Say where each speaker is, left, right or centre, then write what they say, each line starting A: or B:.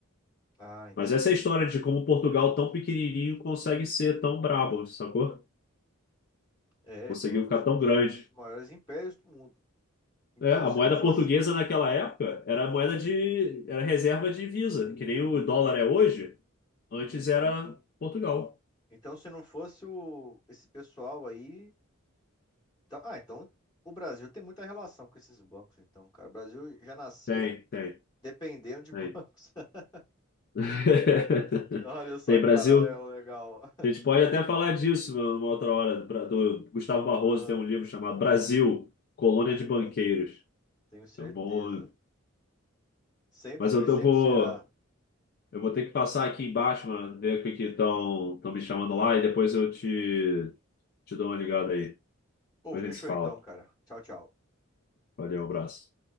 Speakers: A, on the left; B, on the left.
A: Ah, entendi.
B: Mas essa é a história de como Portugal, tão pequenininho, consegue ser tão brabo, sacou?
A: É,
B: Conseguiu
A: foi um
B: ficar
A: dos,
B: tão
A: foi
B: grande.
A: um dos maiores impérios do mundo. Então,
B: É, a
A: se
B: moeda
A: não fosse,
B: portuguesa naquela época era a moeda de, era reserva de divisa, que nem o dólar é hoje. Antes era Portugal.
A: então, se não fosse o, esse pessoal aí. tá- ah, então o Brasil tem muita relação com esses bancos, então, cara. O Brasil já nasceu
B: Tem, tem,
A: dependendo de
B: tem.
A: bancos. <laughs>
B: <laughs>
A: Olha só
B: Tem
A: que
B: Brasil?
A: paralelo legal. <laughs>
B: A gente pode até falar disso numa outra hora. Pra- Do Gustavo Barroso
A: Aham,
B: tem um livro chamado Brasil, Colônia de Banqueiros.
A: tenho certeza.
B: É bom.
A: Sempre
B: Mas
A: foi,
B: eu,
A: sempre
B: eu vou,
A: será.
B: eu vou ter que passar aqui embaixo, mano, ver o que que estão me chamando lá e depois eu te, te dou uma ligada aí.
A: Pô,
B: Depois
A: fechou
B: a gente se fala.
A: então, cara. Tchau, tchau.
B: Valeu, um abraço.